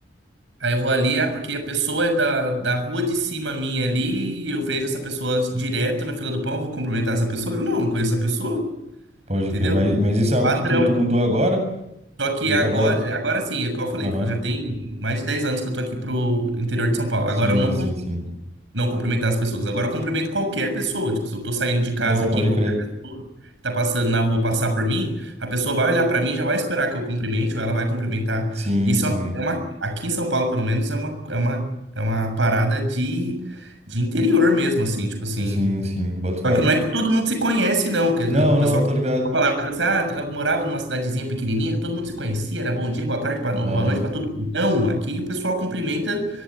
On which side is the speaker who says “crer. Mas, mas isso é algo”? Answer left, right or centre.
Right